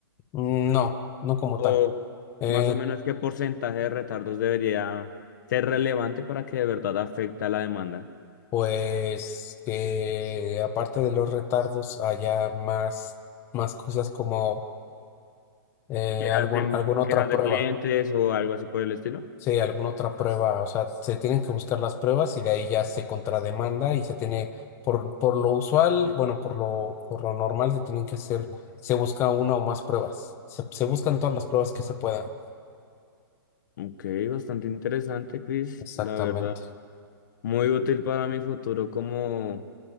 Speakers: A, on the left; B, on the left.
A: No, no como
B: o
A: tal. Eh,
B: más o menos qué porcentaje de retardos debería ser relevante para que de verdad afecte a la demanda.
A: Pues que aparte de los retardos haya más, más cosas como eh,
B: Quejas
A: algún-
B: de,
A: alguna
B: quejas
A: otra prueba.
B: de clientes o algo así por el estilo.
A: Sí, alguna otra prueba. O sea, se tienen que buscar las pruebas y de ahí ya se contrademanda y se tiene, por, por lo usual, bueno, por lo, por lo normal se tienen que hacer, se busca una o más pruebas. Se, se buscan todas las pruebas que se puedan.
B: Ok, bastante interesante, Chris,
A: Exactamente.
B: la verdad. Muy útil para mi futuro como